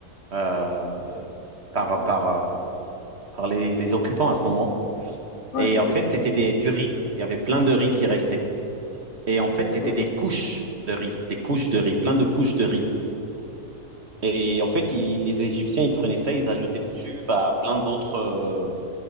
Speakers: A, on the right (about 45°); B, on the left (about 85°).
A: euh, par, par, euh, par les, les occupants à ce moment.
B: Ouais,
A: Et
B: qui
A: en
B: était-
A: fait, c'était des, du riz. Il y avait plein de riz qui restait. Et en fait, c'était
B: ok.
A: des couches de riz, des couches de riz, plein de couches de riz. Et en fait, ils- les Égyptiens, ils prenaient ça, ils ajoutaient dessus bah, plein d'autres euh,